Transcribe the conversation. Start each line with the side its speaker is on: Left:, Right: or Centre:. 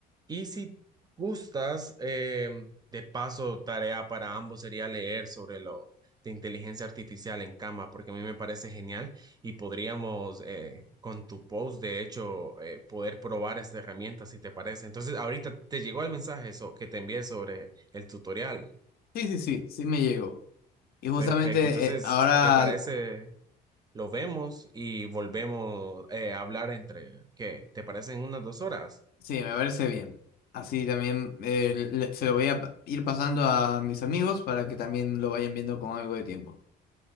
Right: Y si gustas, eh, de paso, tarea para ambos sería leer sobre lo de inteligencia artificial en Canva, porque a mí me parece genial y podríamos eh, con tu post, de hecho, eh, poder probar esta herramienta si te parece. Entonces, ahorita te llegó el mensaje eso, que te envié sobre el tutorial.
Left: Sí, sí, sí, sí me llegó. Y justamente
Right: Perfecto. Entonces,
Left: eh, ahora
Right: ¿te parece? Lo vemos y volvemos eh, a hablar entre, ¿qué? ¿Te parece en unas dos horas?
Left: sí, me parece bien. Así también eh, le- se lo voy a pa- ir pasando a mis amigos para que también lo vayan viendo con algo de tiempo.